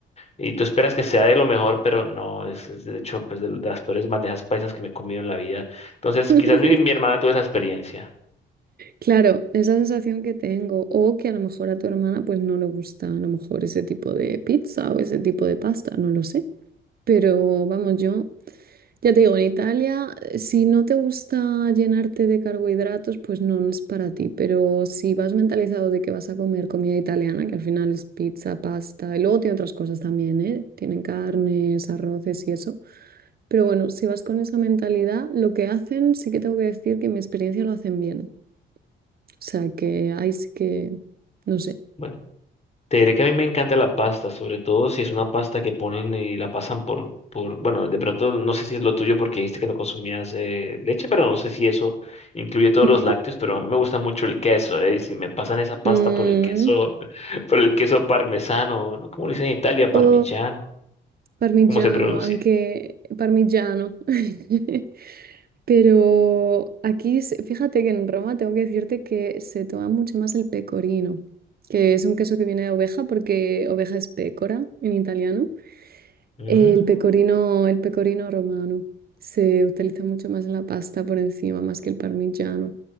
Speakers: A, on the left (about 30°); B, on the right (about 50°).
A: Y tú esperas que sea de lo mejor, pero no, es, es de hecho pues de las peores bandejas paisas que me he comido en la vida. Entonces,
B: <laughs>
A: quizás mi, mi hermana tuvo esa experiencia.
B: Claro, esa sensación que tengo, o que a lo mejor a tu hermana pues no le gusta a lo mejor ese tipo de pizza o ese tipo de pasta, no lo sé. Pero vamos, yo ya te digo, en Italia, eh, si no te gusta llenarte de carbohidratos, pues no no es para ti. Pero si vas mentalizado de que vas a comer comida italiana, que al final es pizza, pasta, y luego tiene otras cosas también, ¿eh? Tienen carnes, arroces y eso. Pero bueno, si vas con esa mentalidad, lo que hacen, sí que tengo que decir que en mi experiencia lo hacen bien. O sea que ahí sí que, no sé.
A: Bueno, te diré que a mí me encanta la pasta, sobre todo si es una pasta que ponen y la pasan por, por, bueno, de pronto no sé si es lo tuyo porque dijiste que no consumías eh, leche, pero no sé si eso incluye todos
B: Ujú.
A: los lácteos, pero a mí me gusta mucho el queso, eh, y si me pasan esa pasta
B: Mm,
A: por el queso, <laughs> por el queso parmesano, ¿no? ¿Cómo lo dicen en Italia? Parmigiano,
B: O parmigiano,
A: ¿cómo se pronuncia?
B: aunque parmigiano. <laughs> Pero aquí, se- fíjate que en Roma tengo que decirte que se toma mucho más el pecorino, que es un queso que viene de oveja porque oveja es pécora en italiano.
A: Mm.
B: El pecorino, el pecorino romano se utiliza mucho más en la pasta por encima, más que el parmigiano,